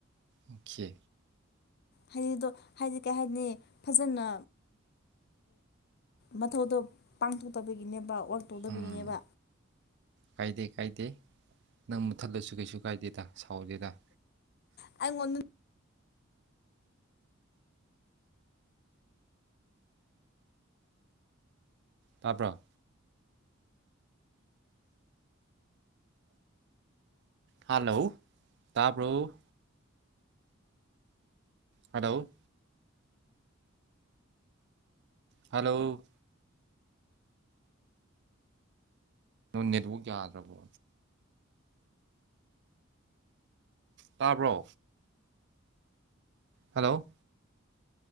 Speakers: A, on the right; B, on the left.
A: ꯑꯣꯀꯦ
B: ꯍꯥꯏꯗꯤꯗꯣ ꯍꯥꯏꯗꯤ ꯀꯩ ꯍꯥꯏꯅꯤ ꯐꯖꯅ ꯃꯊꯧꯗꯣ ꯄꯥꯡꯊꯣꯛꯇꯕꯒꯤꯅꯦꯕ ꯋꯥꯛ ꯇꯧꯗꯕꯒꯤꯅꯦꯕ
A: ꯎꯝ ꯀꯥꯏꯗꯦ ꯀꯥꯏꯗꯦ ꯅꯪ ꯃꯨꯊꯠꯂꯁꯨ ꯀꯩꯁꯨ ꯀꯥꯏꯗꯦꯗ ꯁꯥꯎꯗꯦꯗ
B: ꯑꯩꯉꯣꯟꯗ
A: ꯇꯥꯄ꯭ꯔꯥ ꯍꯜꯂꯣ ꯇꯥꯄ꯭ꯔꯣ ꯍꯜꯂꯣ ꯍꯜꯂꯣ ꯅꯦꯠꯋꯥꯛ ꯌꯥꯗ꯭ꯔꯕꯣ ꯇꯥꯕ꯭ꯔꯣ ꯍꯜꯂꯣ